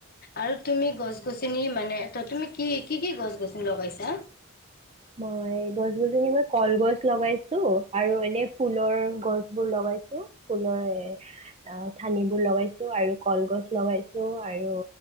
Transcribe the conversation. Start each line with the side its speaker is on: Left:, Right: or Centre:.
Left: আৰু তুমি গছ গছনি মানে ত তুমি কি কি কি গছ গছনি লগাইছা
Right: মই গছ গছনি মই কলগছ লগাইছো আৰু এনে ফুলৰ গছ বোৰ লগাইছো ফুলৰ এ ঠানিবোৰ লগাইছো আৰু কলগছ লগাইছো আৰু